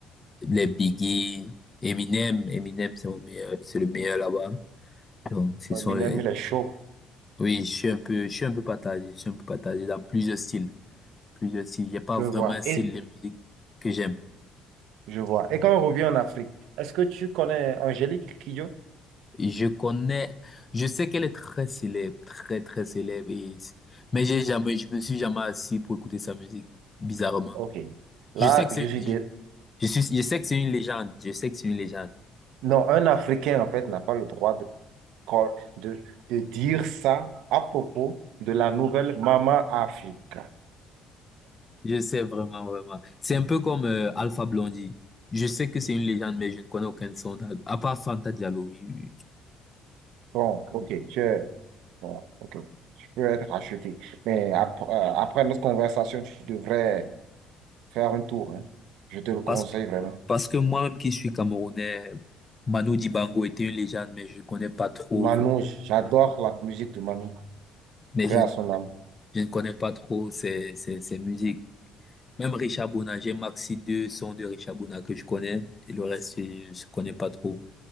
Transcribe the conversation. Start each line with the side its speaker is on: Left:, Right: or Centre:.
Left: les Biggie, Eminem, Eminem c'est mon meilleur, c'est le meilleur là-bas. Donc ce
Right: Eminem,
Left: sont les,
Right: il est chaud,
Left: oui, je suis un peu, je suis un peu partagé, je suis un peu partagé dans plusieurs styles, plusieurs styles. Il a pas
Right: je
Left: vraiment
Right: vois.
Left: un style
Right: Et,
Left: de musique que j'aime.
Right: je vois. Et quand on revient en Afrique, est-ce que tu connais Angélique Kidjo?
Left: Je connais, je sais qu'elle est très célèbre, très très célèbre, et- mais j'ai jamais, je me suis jamais assis pour écouter sa musique, bizarrement.
Right: Ok. Là,
Left: Je sais que c'est,
Right: je suis
Left: je,
Right: des...
Left: je suis, je sais que c'est une légende, je sais que c'est une légende.
Right: Non, un Africain, en fait, n'a pas le droit de, cor- de, de dire ça à propos de la nouvelle Maman Africa.
Left: Je sais vraiment, vraiment. C'est un peu comme euh, Alpha Blondie. Je sais que c'est une légende, mais je ne connais aucun de son album, à part Fanta Diallo, oui, oui, oui.
Right: Bon, ok, tu es, voilà, ok, tu peux être racheté. Mais ap- euh, après notre conversation, tu devrais faire un tour, hein. Je te le conseille
Left: Parce que,
Right: vraiment.
Left: parce que moi-même qui suis Camerounais, Manu Dibango était une légende, mais je ne connais pas trop,
Right: Manon, j'adore la musique de Manon.
Left: mais
Right: Paix
Left: je,
Right: à son âme.
Left: je ne connais pas trop ses, ses, ses musiques. Même Richard Bona, j'ai maxi deux sons de Richard Bona que je connais, et le reste, je ne connais pas trop.